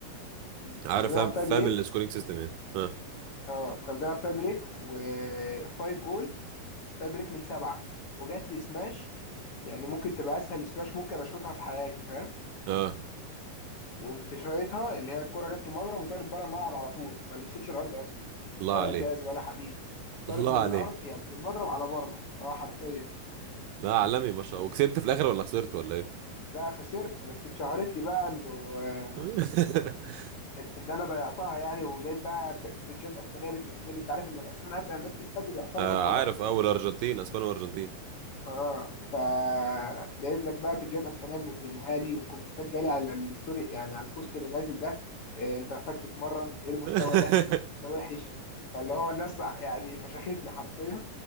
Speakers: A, on the left; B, on the right.
A: مم.
B: عارف
A: كنا بنلعب
B: فاهم
A: تاي
B: فاهم
A: بريك
B: السكورينج سيستم يعني اه
A: اه كنا بنلعب تاي بريك وفايف اول تاي بريك من سبعة وجات لي سماش يعني ممكن تبقى اسهل سماش ممكن اشوطها في حياتي فاهم
B: اه
A: وقمت شايطها اللي هي الكرة جت في المضرب وطارت بره الملعب على طول ما لمستش الارض اصلا
B: الله
A: ولا
B: عليك
A: ازاز ولا حديد طارت
B: الله
A: من
B: عليك
A: الارض يعني من المضرب على بره اه حرفيا
B: لا عالمي ما شاء الله وكسبت في الاخر ولا خسرت ولا ايه
A: ده خسرت بس اتشهرت لي بقى انه آه،
B: <laughs>
A: ان إن انا ضيعتها يعني ولقيت بقى ك- بيجات اسبانيه بتنزل لي. انت عارف ان الاسبان اتقل الناس في البادل يعتبر
B: آه
A: هم والارجنتينيين
B: عارف اول ارجنتين اسبانيا وارجنتين
A: اه فلقيت لك بقى بيجات اسبانيه منزلها لي وكومنتات جالي على الستوري يعني على البوست اللي نازل ده إيه انت محتاج تتمرن ايه المستوى
B: <laughs>
A: ده انت وحش فاللي هو الناس يعني فشختني حرفيا